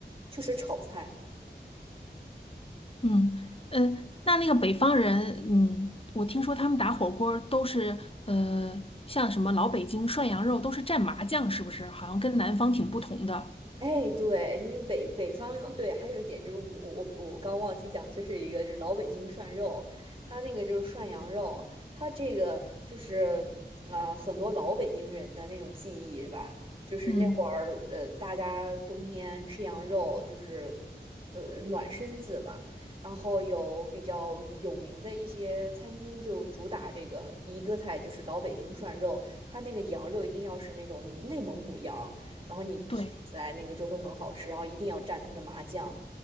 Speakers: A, on the right; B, on the left.
A: 就是炒菜，
B: 嗯嗯，那那个北方人，嗯，我听说他们打火锅儿都是，呃，像什么老北京涮羊肉都是蘸麻酱，是不是？好像跟南方挺不同的。
A: 哎，对，因为北北方哦，对，还有一点就是我我我我刚忘记讲，就是一个就是老北京涮肉，它那个就是涮羊肉，它这个就是啊、很多老北京人的那种记忆吧，就是那会儿呃，
B: 嗯，
A: 大家冬天吃羊肉就是呃暖身子嘛，然后有比较有名的一些餐厅就主打这个一个菜就是老北京涮肉，它那个羊肉一定要是那种内蒙古羊。然后你撇起来那个就会很好吃，
B: 对，
A: 然后一定要蘸它的麻酱，